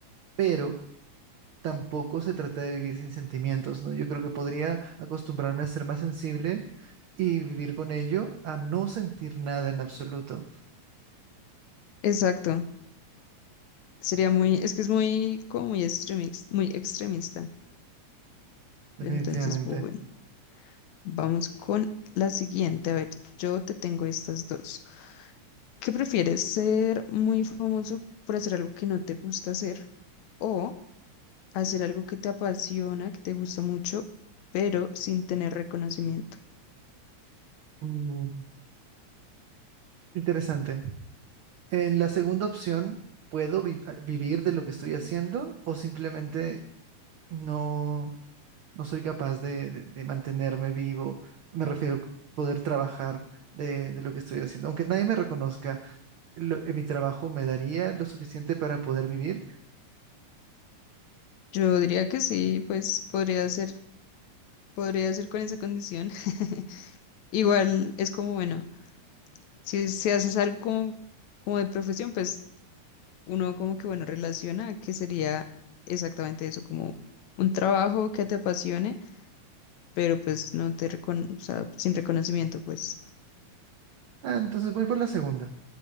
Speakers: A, on the right; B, on the left.
A: pero tampoco se trata de vivir sin sentimientos, ¿no? Yo creo que podría acostumbrarme a ser más sensible y vivir con ello a no sentir nada en absoluto,
B: Exacto, sería muy, es que es muy, como muy extremista, muy extremista,
A: definitivamente.
B: pero entonces, bueno, vamos con la siguiente, a ver, yo te tengo estas dos. ¿Qué prefieres? ¿Ser muy famoso por hacer algo que no te gusta hacer o hacer algo que te apasiona, que te gusta mucho, pero sin tener reconocimiento?
A: Mm, Interesante. En la segunda opción, ¿puedo vi- vivir de lo que estoy haciendo o simplemente no? no soy capaz de, de- de mantenerme vivo, me refiero a poder trabajar de, de lo que estoy haciendo. Aunque nadie me reconozca, lo- eh, mi trabajo me daría lo suficiente para poder vivir,
B: Yo diría que sí, pues podría ser, podría ser con esa condición. <laughs> Igual es como, bueno, si, si haces algo como, como de profesión, pues uno como que, bueno, relaciona que sería exactamente eso, como un trabajo que te apasione, pero pues no te recon, o sea, sin reconocimiento, pues.
A: ah, entonces voy por la segunda.